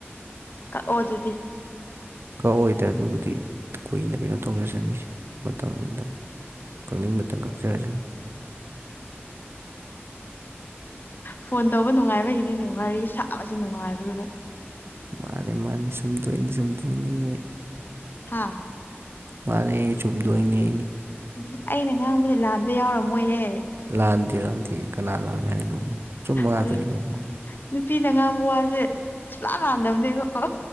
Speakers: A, on the left; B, on the right.
A: ꯀꯛꯑꯣ ꯑꯗꯨꯗꯤ
B: ꯀꯛꯑꯣꯏꯗ ꯑꯗꯨꯕꯨꯗꯤ ꯀꯨꯏꯅ ꯀꯩꯅꯣ ꯇꯧꯖꯁꯅꯤꯁ ꯃꯇꯝ ꯃꯇꯝ ꯀꯛꯅꯤꯡꯕꯇꯪ ꯀꯛꯆꯔꯁꯅꯤ
A: ꯐꯣꯟ ꯇꯧꯕ ꯅꯨꯡꯉꯥꯏꯕꯒꯤ ꯅꯦ ꯋꯥꯔꯤ ꯁꯥꯕꯁꯦ ꯅꯨꯡꯉꯥꯏꯕꯗꯨꯗ
B: ꯃꯥꯅꯤ ꯃꯥꯅꯤ ꯁꯨꯝꯗꯣꯏꯅꯤ ꯁꯨꯝꯗꯣꯏꯅꯤ
A: ꯍꯥꯥ
B: ꯃꯥꯅꯦ ꯆꯨꯝꯗꯣꯏꯅꯦ
A: ꯑꯗꯨꯗꯤ ꯑꯩꯅ ꯉꯥꯡꯕꯗꯤ ꯂꯥꯟꯕ ꯌꯥꯎꯔꯝꯃꯣꯏꯍꯦ
B: ꯂꯥꯟꯗꯦ ꯂꯥꯟꯇꯦ ꯀꯅꯥ ꯂꯥꯛꯂꯦ ꯍꯥꯏꯅꯣ ꯑꯆꯨꯝꯕ ꯉꯥꯛꯇꯅꯤ
A: ꯑꯗꯨ
B: ꯀꯩꯅꯣ
A: ꯅꯨꯄꯤꯅ ꯉꯥꯡꯕ ꯋꯥꯁꯦ ꯁꯨꯂꯥꯟ ꯂꯥꯟꯗꯕꯅꯦꯀꯣ